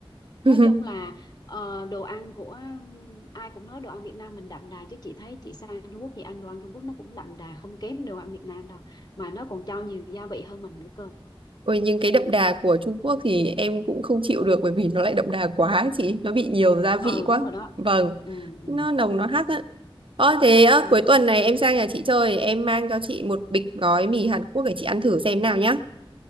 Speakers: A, on the left (about 45°); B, on the right (about 65°).
A: nói
B: <laughs>
A: chung là ờ, đồ ăn của ai cũng nói đồ ăn Việt Nam mình đậm đà chứ chị thấy chị sang Trung Quốc thì ăn đồ ăn Trung Quốc nó cũng đậm đà không kém đồ ăn Việt Nam đâu mà nó còn cho nhiều gia vị hơn mình nữa cơ
B: Ôi, nhưng cái đậm đà của Trung Quốc thì em cũng không chịu được bởi vì nó lại đậm đà quá ấy chị nó bị nhiều gia vị
A: ừ
B: quá
A: đúng rồi đó
B: vâng
A: ừ ừ
B: nó nồng nó hắc
A: ừ
B: á Ơ thế ơ,
A: ừ
B: cuối tuần này em sang nhà chị chơi em mang cho chị một bịch gói mì Hàn Quốc để chị ăn thử xem nào nhá